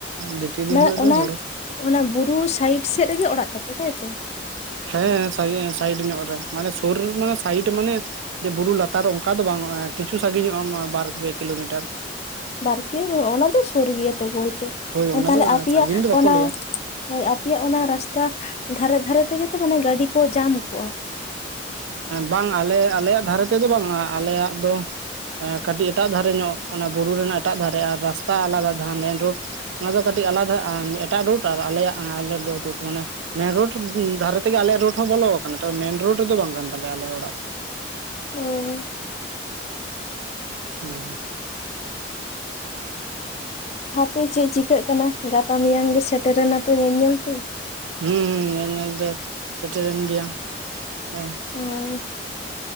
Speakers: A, on the right; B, on the left.
A: ᱫᱚ <unintelligible>
B: ᱢᱮ ᱚᱱᱟ,
A: ᱦᱚᱲ
B: ᱚᱱᱟ ᱵᱩᱨᱩ ᱥᱟᱭᱤᱰ ᱥᱮᱫ ᱨᱮᱜᱮ ᱚᱲᱟᱜ ᱛᱟᱯᱮ ᱛᱟᱭᱛᱚ
A: ᱦᱮᱸ ᱥᱟᱭᱤᱰ ᱧᱚᱜ ᱨᱮ ᱢᱟᱱᱮ ᱥᱩᱨ ᱢᱟᱱᱮ ᱥᱟᱭᱤᱰ ᱢᱟᱱᱮ ᱡᱮ ᱵᱩᱨᱩ ᱞᱟᱛᱟᱨ ᱚᱱᱠᱟ ᱫᱚ ᱵᱟᱝᱼᱟ ᱠᱤᱪᱷᱩ ᱥᱟᱺᱜᱤᱧᱚᱜᱼᱟ ᱵᱟᱨ ᱯᱮ ᱠᱤᱞᱳᱢᱤᱴᱟᱨ
B: ᱵᱟᱨᱠᱮ ᱚᱱᱟ ᱫᱚ ᱥᱩᱨ ᱜᱮᱭᱟ ᱛᱚᱵᱳᱣᱛᱚ
A: ᱦᱳᱭ ᱚᱱᱟ
B: ᱛᱟᱦᱞᱮ
A: ᱫᱚ
B: ᱟᱯᱮᱭᱟᱜ
A: ᱥᱟᱺᱜᱤᱧ ᱫᱚ ᱵᱟᱠᱚ
B: ᱚᱱᱟ
A: ᱞᱟᱹᱭᱟ
B: ᱦᱳᱭ ᱟᱯᱮᱭᱟᱜ ᱚᱱᱟ ᱨᱟᱥᱛᱟ ᱫᱷᱟᱨᱮ ᱫᱷᱟᱨᱮ ᱛᱮᱜᱮ ᱛᱚ ᱢᱟᱱᱮ ᱜᱟᱹᱰᱤ ᱠᱚ ᱡᱟᱢ ᱠᱚᱜᱼᱟ
A: ᱵᱟᱝ ᱟᱞᱮ ᱟᱞᱮᱭᱟᱜ ᱫᱷᱟᱨᱮ ᱛᱮᱫᱚ ᱵᱟᱝᱟ ᱟᱞᱮᱭᱟᱜ ᱫᱚ ᱠᱟᱹᱴᱤᱡ ᱮᱴᱟᱜ ᱫᱷᱟᱨᱮ ᱧᱚᱜ ᱢᱟᱱᱮ ᱵᱩᱨᱩ ᱨᱮᱱᱟᱜ ᱮᱴᱟᱜ ᱫᱷᱟᱨᱮ ᱟᱨ ᱨᱟᱥᱛᱟ ᱟᱞᱟᱫᱟ ᱡᱟᱦᱟᱸ ᱢᱮᱱ ᱨᱳᱰ ᱚᱱᱟ ᱫᱚ ᱠᱟᱹᱴᱤᱡ ᱟᱞᱟᱫᱟ ᱮᱴᱟᱜ ᱨᱳᱴ ᱟᱨ ᱟᱞᱮᱭᱟᱜ ᱟᱞᱮ ᱫᱚ ᱨᱩᱴ ᱢᱟᱱᱮ ᱢᱮᱱ ᱨᱳᱰ ᱫᱷᱟᱨᱮ ᱛᱮᱜᱮ ᱟᱞᱮᱭᱟᱜ ᱨᱳᱰ ᱦᱚᱸ ᱵᱚᱞᱚ ᱠᱟᱱᱟ ᱛᱚ ᱢᱮᱱ ᱨᱳᱰ ᱨᱮᱫᱚ ᱵᱟᱝ ᱠᱟᱱ ᱛᱟᱞᱮᱭᱟ ᱟᱞᱮ ᱚᱲᱟᱜ ᱫᱚ
B: ᱦᱳᱭ
A: <inaudible>
B: ᱦᱟᱯᱮ ᱪᱮᱫ ᱪᱤᱠᱟᱹᱜ ᱠᱟᱱᱟ ᱜᱟᱯᱟ ᱢᱮᱭᱟᱝ ᱜᱮ ᱥᱮᱴᱮᱨᱮᱱᱟ ᱛᱚ ᱧᱮᱞᱧᱮᱞ ᱛᱮ
A: ᱦᱩᱸ ᱧᱮᱞ ᱧᱮᱞ ᱛᱮ ᱥᱮᱴᱮᱨᱮᱱ ᱜᱮᱭᱟ ᱦᱮᱸ
B: ᱦᱳᱭ